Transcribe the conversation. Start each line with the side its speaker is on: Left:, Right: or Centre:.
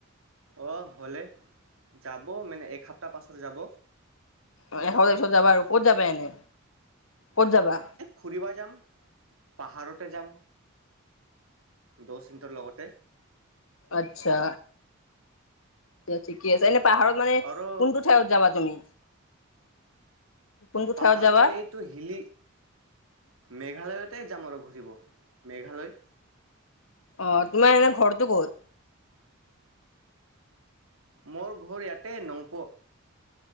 Right: অ', হ'লে, যাব মানে এক সপ্তাহ পাছত যাব।
Left: এসপ্তাহৰ কাৰণে যাবা আৰু ক'ত যাবা এনে, ক'ত যাবা?
Right: ফুৰিব যাম, পাহাৰতে যাম দোছ হতঁৰ লগতে।
Left: আচ্ছা এয়া ঠিকে আছে এনে পাহাৰত মানে
Right: আৰু
Left: কোনটো ঠাইত যাবা তুমি কোনটো
Right: পাহাৰতেই
Left: ঠাইত যাবা
Right: এইটো হিলী মেঘালয়তে যাম আৰু ঘূৰিব মেঘালয়
Left: অ' তোমাৰ এনে ঘৰটো ক'ত
Right: মোৰ ঘৰ ইয়াতে নংপু